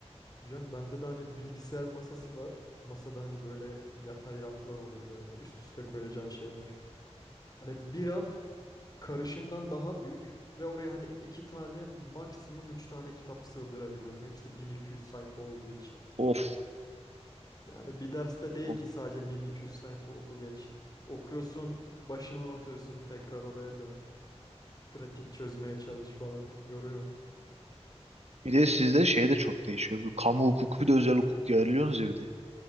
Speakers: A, on the left; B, on the right.
A: Hocam bende de hani bilgisayar masası var. Masada hani böyle yatay raflar olur böyle üst üste koyacağın şeyler. Hani bir raf karışımdan daha büyük ve oraya hani iki tane maksimum üç tane kitap sığdırabiliyorum. Hepsi 1200 sayfa olduğu için.
B: Of,
A: Yani bir derste değil
B: of.
A: ki sadece 1200 sayfa oku geç. Okuyorsun, başını unutuyorsun, tekrar oraya dön. Pratik çözmeye çalış falan yoruyor.
B: Bir de sizde şey de çok değişiyor. Bu kamu hukuku bir de özel hukuk ayırıyorsunuz ya bir de.